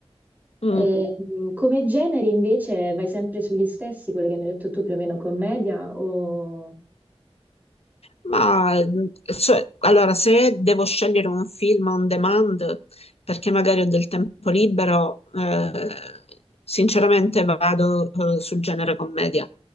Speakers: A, on the left (about 75°); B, on the right (about 15°).
A: Mm.
B: E, mh, come generi invece vai sempre sugli stessi, quelli che mi hai detto tu, più o meno commedia o...
A: Ma cioè, allora, se devo scegliere un film on demand perché magari ho del tempo libero, eh, sinceramente vado, eh, sul genere commedia.